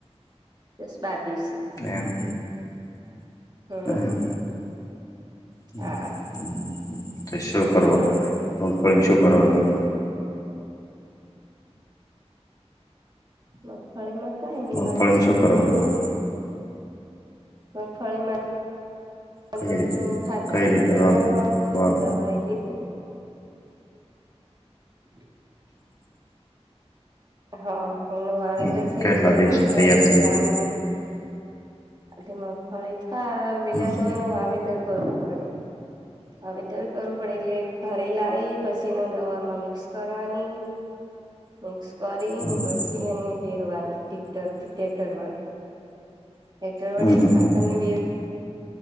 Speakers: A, on the right; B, on the left.
A: દસ બાર દિવસે.
B: એમ.
A: હમ
B: એમ હમ
A: હા
B: હમ, હમ. તો શું કરવા મગફળી શું કરવાનું
A: મગફળીમાં કઈ ની
B: મગફળીમાં
A: વળીશુંવું
B: શું કરવાનું હોય
A: મગફળીમાં
B: કઈ
A: તો
B: રી
A: જો ખાતરી
B: કઈ રીતે
A: રી
B: વાવ
A: નાખવાનું હોય
B: વાવ
A: દવા રી <inaudible> <inaudible> હા હમનું વાવેતર
B: હમ હમ.
A: થઈ
B: કેટલા
A: જાય
B: દિવસે
A: મગફળી
B: તૈયાર
A: પેલે
B: થઈ જાય
A: લાવવાની તે મગફળી થાય પેલા
B: હમ
A: તો એનું વાવેતર કરવું પડે વાવેતર કરવું પડે એટલે ઘરે લાઈ એ પછી ને દવામાં મિક્સ કરવાની મિક્સ કરીને
B: હમ
A: પછી એને પેરવાની ટક્ટરથી ટેક્ટર વડે એ તો
B: હમ
A: વળી
B: હમ
A: ખાતરની બે